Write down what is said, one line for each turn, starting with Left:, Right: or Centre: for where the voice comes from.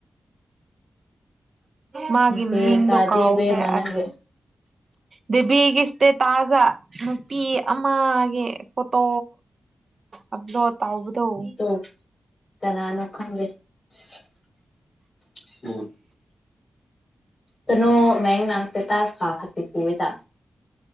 Right: ꯃꯥꯒꯤ
Left: ꯒ꯭ꯌꯥꯟ
Right: ꯃꯤꯡꯗꯣ
Left: ꯇꯥꯗꯦ
Right: ꯀꯥꯎꯈ꯭ꯔꯦ
Left: ꯏꯕꯦꯝꯃ ꯅꯪꯒꯤ
Right: ꯗꯦꯕꯤꯒꯤ ꯏꯁꯇꯦꯇꯥꯁꯇ ꯅꯨꯄꯤ ꯑꯃꯒꯤ ꯐꯣꯇꯣ ꯑꯞꯂꯣꯗ ꯇꯧ <unintelligible>
Left: ꯇꯨ ꯀꯅꯥꯅꯣ ꯈꯪꯗꯦ <unintelligible> <unintelligible>